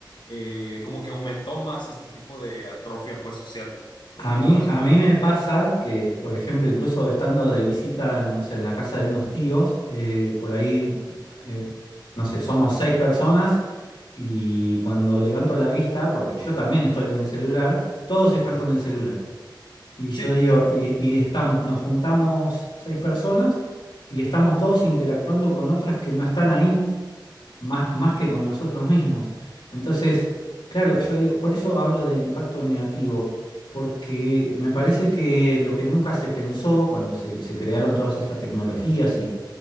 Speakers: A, on the left; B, on the left.
A: eh, como que aumentó más este tipo de atrofia pues social en
B: A
A: la
B: mí,
A: población.
B: a mí me pasa que, por ejemplo, incluso estando de visita, no sé, en la casa de unos tíos, eh, por ahí, eh, no sé, somos seis personas y cuando levanto la vista, porque yo también estoy en el celular, todos están
A: Ajá.
B: con el celular. Y yo
A: Sí.
B: digo, y, y estamos, nos juntamos seis personas y estamos todos interactuando con otras que no están ahí más, más que con nosotros mismos. Entonces, claro, yo digo, por eso hablo del impacto negativo, porque me parece que lo que nunca se pensó cuando se, se crearon todas estas tecnologías